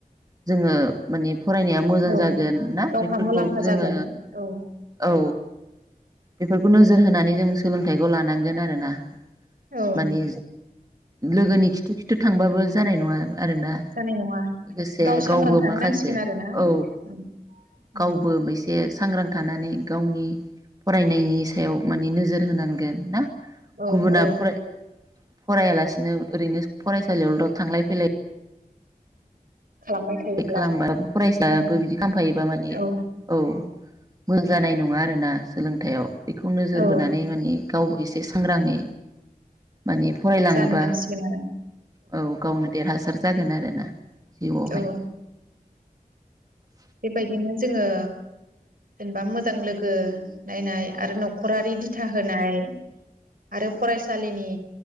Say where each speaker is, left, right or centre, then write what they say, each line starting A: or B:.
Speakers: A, on the right; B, on the right.
A: जोङो माने फरायनाया मोजां
B: औ
A: जागोन ना
B: गावहा
A: बेफोरखौ
B: मुलाम्फा
A: जोङो
B: जागोन औ
A: औ। बेफोरखौ नोजोर होनानै जोंसो सोलोंथाइखौ लानांगोन आरो ना
B: औ
A: मानि लोगोनि खिथु खिथु थो थांबाबो जानाय नङा। आरोना
B: जानाय नङा
A: लोगोसे
B: गाव सांग्रां
A: गावबो
B: थानो
A: माखासे
B: नांसिगोन आरो ना
A: औ
B: उम
A: गावबो
B: उम
A: मैसे सांग्रां थानानै गावनि फरायनायनि सायाव माने नोजोर होनो नांगोन ना
B: औ
A: गुबुना
B: औ
A: फराय फरायालासिनो ओरैनो फरायसालियावल थांलाय फैलाय
B: खालामबाय थायोब्ला
A: खालामबा फरायसायाबो
B: उम
A: बिदि खालामफायोबा माने
B: औ
A: औ। मोजां जानाय नङा आरोना सोलोंथाइयाव। बेखौ नोजोर
B: औ
A: बोनानै मानि गावबो एस सांग्राङै। मानि फरायलाङोबा
B: जानो नांसिगोन आरो
A: औ गावनो देरहासार जागोन आरोना जिउआवहाय
B: औ बेबायदिनो जोङो जेनेबा मोजां लोगो नायनाय आरो न' खरारि दिथा होनाय आरो फरायसालिनि